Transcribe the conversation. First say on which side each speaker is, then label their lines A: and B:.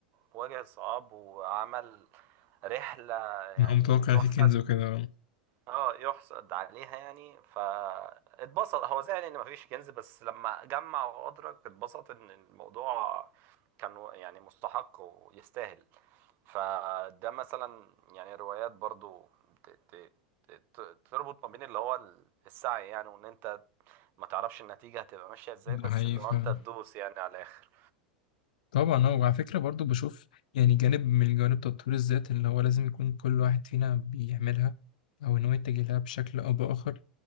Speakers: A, on the right (about 45°); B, on the left (about 70°).
A: وواجه صعاب وعمل رحلة يعني
B: إن هو متوقع
A: يحسد
B: إن في كنز وكده آه.
A: اه يحسد عليها يعني فاتبسط هو زعل ان مفيش كنز بس لما جمع وادرك اتبسط ان الموضوع كان يعني مستحق ويستاهل فده مثلا يعني روايات برضو ت- ت- ت- ت- تربط ما بين اللي هو السعي يعني وان انت ما تعرفش النتيجة هتبقى ماشية ازاي
B: ده
A: بس
B: حقيقي
A: اللي
B: فعلا
A: هو انت تدوس يعني على الاخر
B: طبعا اه وعلى فكرة برضو بشوف يعني جانب من جوانب تطوير الذات اللي هو لازم يكون كل واحد فينا بيعملها أو إن هو يتجه لها بشكل أو بآخر